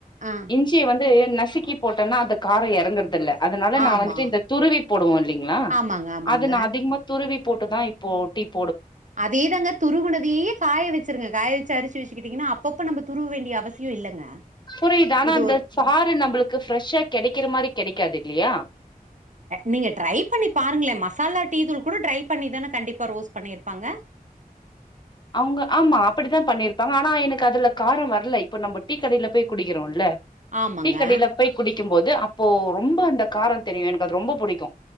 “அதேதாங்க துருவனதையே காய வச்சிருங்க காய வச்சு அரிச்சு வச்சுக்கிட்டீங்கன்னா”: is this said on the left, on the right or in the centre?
Right